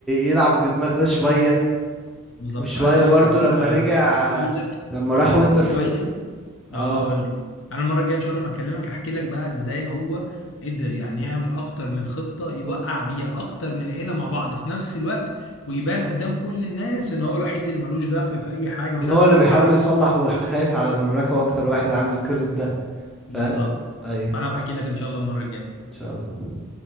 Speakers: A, in the centre; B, on the left (about 60°).
A: يلعب بدماغ ده شويه
B: بالظبط
A: وشويه
B: عايز اقول
A: برضو
B: لك ان
A: لما
B: انا
A: رجع
B: هحكي لك
A: لما راح
B: على
A: وينتر
B: شويه
A: في...
B: اه
A: اه
B: اقول لك انا المره الجايه ان شاء الله لما اكلمك هحكي لك بقى ازاي هو قدر يعني يعمل اكتر من خطه يوقع بيها اكتر من عيله مع بعض في نفس الوقت ويبان قدام كل الناس ان هو الوحيد اللي ملوش ذنب في اي حاجه مش
A: هو
B: عارف
A: اللي
B: ايه وبتاع
A: بيحاول يصلح وخايف على المملكه واكتر واحد عامل كل ده
B: بالظبط
A: فاهم ايوه
B: فانا بحكي لك ان شاء الله المره الجايه
A: ان شاء الله